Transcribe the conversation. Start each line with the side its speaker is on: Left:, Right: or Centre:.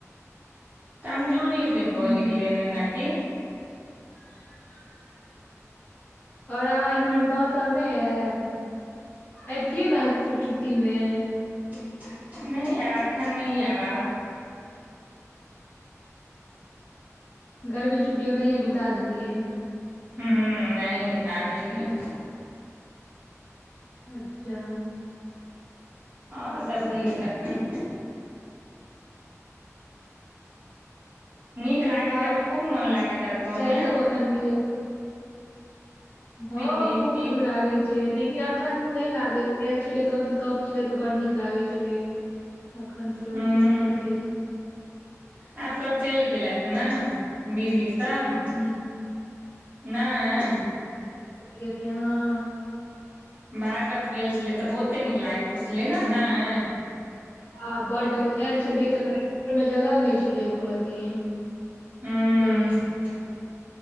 Right: कमजोरी से भऽ
Left: हूँ
Right: गेलै एना की
Left: <inaudible> ओर अहाँ एम्हर गाँव सब नय आएब अबतियै ने छुट्टी में
Right: नय आयब एखन नय आयब
Left: गर्मी छु्टियो ओनाहिये बिता देलियै
Right: हूँ ओनाही बित देलियै
Left: अच्छा
Right: ओर सभ कहियौ तखन नीक लागत
Left: आओर
Right: हैत खूब मोन लागैत गाँव
Left: चाय
Right: में
Left: सब कखन पियब हँ
Right: पीब
Left: खूब
Right: पीब
Left: मन लागै छै जे लेकिन एखन नय लागै छै आयल छलियै तखन तऽ सब छलै तऽ बड् नीक लागै छलै अखन फेरो
Right: हूँ
Left: ठीके छै
Right: आब सब चैल गेलैथ ने बीजी सब
Left: ह
Right: नायह
Left: गेल हँ
Right: भागवत भेल छलै तऽ बहुते नीक लागैत छलै ने नाय
Left: ह बड आयल छलियै तऽमे जगह नय छलै एको रति
Right: हूँ
Left: एते नीक
Right: <inaudible>